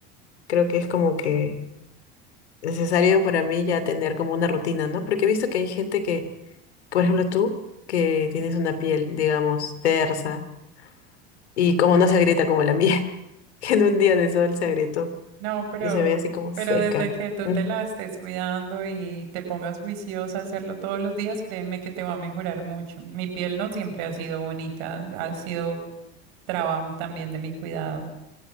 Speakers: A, on the left; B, on the right.
A: creo que es como que necesario para mí ya tener como una rutina, ¿no? Porque he visto que hay gente que, por ejemplo, tú, que tienes una piel, digamos, tersa Y como no se agrieta como la mía, <laughs> que en un día de sol se agrietó
B: No, pero,
A: y se ve así como
B: pero
A: seca.
B: desde que tú
A: Ujú.
B: te la estés cuidando y te pongas juiciosa a hacerlo todos los días, créeme que te va a mejorar mucho. Mi piel no siempre ha sido bonita, ha sido trabajo también de mi cuidado.